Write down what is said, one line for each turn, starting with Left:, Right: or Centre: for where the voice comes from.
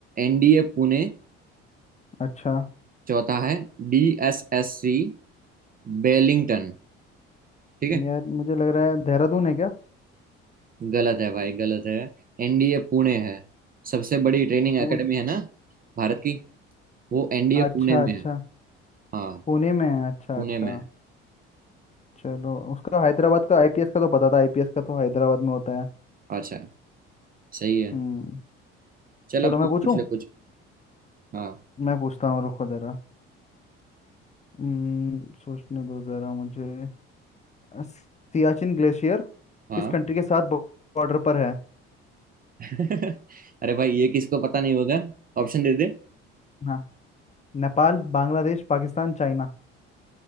Right: एनडीए पुणे
Left: अच्छा
Right: चौथा है D S S C Wellington ठीक है
Left: यार मुझे लग रहा है देहरादून है क्या
Right: गलत है भाई गलत है एनडीए पुणे है सबसे बड़ी ट्रेनिंग
Left: पुण
Right: एकेडमी है ना भारत की वो एनडीए
Left: अच्छा
Right: पुणे में
Left: अच्छा
Right: है हाँ
Left: पुणे में है अच्छा
Right: पुणे
Left: अच्छा
Right: में है
Left: चलो उसका हैदराबाद का आईपीएस का तो पता था आईपीएस का तो हैदराबाद में होता है
Right: अच्छा सही है
Left: हम्म
Right: चल
Left: चलो
Right: अब
Left: मैं
Right: तू
Left: पूछूं
Right: पूछ ले कुछ हाँ
Left: मैं पूछता हूँ रुको जरा हम्म सोचने दो जरा मुझे अ, सियाचिन ग्लेशियर
Right: हाँ
Left: किस कंट्री के साथ बॉर्डर पर है
Right: <laughs> अरे भाई ये किसको पता नहीं होगा ऑप्शन दे दे
Left: हाँ नेपाल बांग्लादेश पाकिस्तान चाइना